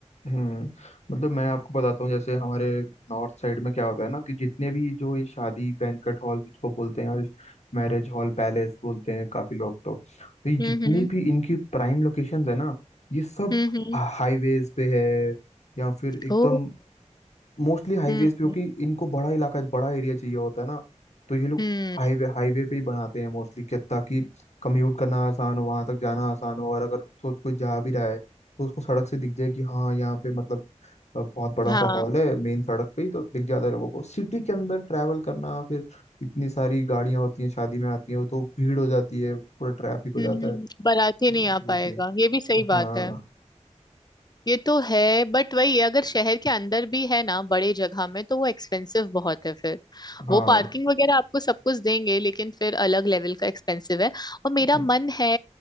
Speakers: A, on the left; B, on the left.
A: हम्म मतलब मैं आपको बताता हूँ जैसे हमारे नॉर्थ साइड में क्या होता है ना कि जितने भी जो ये शादी बैंक्वेट हॉल जिसको बोलते हैं मैरिज हॉल पैलेस बोलते हैं काफी लोग तो तो ये
B: हम्म
A: जितनी
B: हम्म
A: भी इनकी प्राइम लोकेशंस है ना ये सब
B: हम्म हम्म
A: हाईवेज पे है या फिर एकदम
B: ओ
A: मोस्टली हाईवेज
B: हम्म
A: पे क्योंकि इनको बड़ा इलाका बड़ा एरिया चाहिए होता है ना तो ये लोग
B: हम्म
A: हाईवे हाईवे पे ही बनाते हैं मोस्टली कि ताकि कम्यूट करना आसान हो वहां तक जाना आसान हो और अगर तो कोई जा भी रहा है तो उसको सड़क से दिख जाए कि हाँ यहाँ पे मतलब अ, बहुत बड़ा
B: हाँ
A: सा हॉल है मेन सड़क पे ही तो दिख जाता है लोगों को सिटी के अंदर ट्रैवल करना फिर इतनी सारी गाड़ियां होती हैं शादी में आती हैं तो भीड़ हो जाती है पूरा ट्रैफिक हो
B: हम्म
A: जाता
B: हम्म,
A: है
B: बाराती नहीं आ
A: वो
B: पाएगा
A: भी
B: ये भी सही
A: हाँ
B: बात है ये तो है बट वही है, अगर शहर के अंदर भी है ना बड़े जगह में तो वो एक्सपेंसिव बहुत है फिर
A: हाँ
B: वो पार्किंग वगैरह आपको सब कुछ देंगे लेकिन फिर अलग लेवल का एक्सपेंसिव है और मेरा
A: हम्म
B: मन है